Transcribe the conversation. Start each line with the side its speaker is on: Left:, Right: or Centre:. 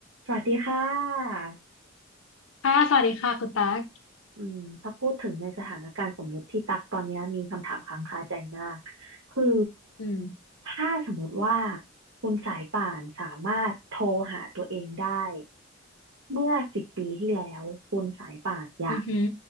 Right: สวัสดีค่ะ
Left: ค่ะสวัสดีค่ะคุณตั๊ก
Right: อืมถ้าพูดถึงในสถานการณ์สมมติที่ตักตอนนี้มีคำถามค้างคาใจมากคือ
Left: อืม
Right: ถ้าสมมติว่าคุณสายป่านสามารถโทรหาตัวเองได้เมื่อสิบปีที่แล้วคุณสายป่านอยาก
Left: อือหือ